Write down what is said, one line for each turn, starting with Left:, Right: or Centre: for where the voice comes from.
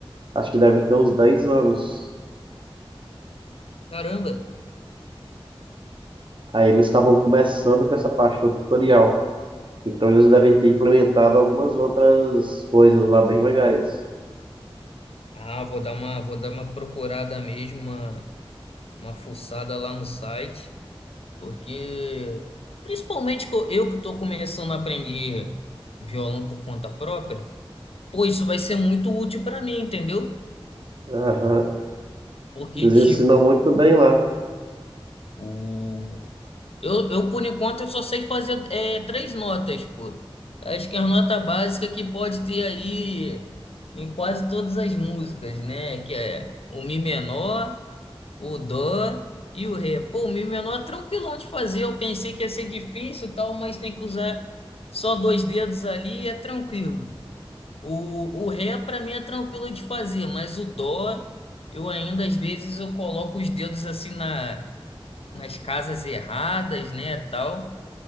Right: acho que deve ter uns 10 anos.
Left: Caramba!
Right: Aí eles estavam começando com essa parte do tutorial. Então eles devem ter implementado algumas outras coisas lá bem legais.
Left: Ah, vou dar uma, vou dar uma procurada mesmo, uma, uma fuçada lá no site. Porque, principalmente que eu eu que estou começando a aprender violão por conta própria, pô, isso vai ser muito útil para mim, entendeu?
Right: Aham.
Left: Porque,
Right: Eles
Left: tipo,
Right: ensinam muito bem lá.
Left: o... eu, eu, por enquanto, eu só sei fazer é, três notas, pô. Acho que é a nota básica que pode ter aí em quase todas as músicas, né? Que é o Mi menor, O Dó e o Ré. Pô, o Mi menor é tranquilão de fazer. Eu pensei que ia ser difícil, e tal, mas tem que usar só dois dedos ali e é tranquilo. O, o Ré para mim é tranquilo de fazer, mas o Dó eu ainda às vezes eu coloco os dedos assim na, nas casas erradas, né, tal.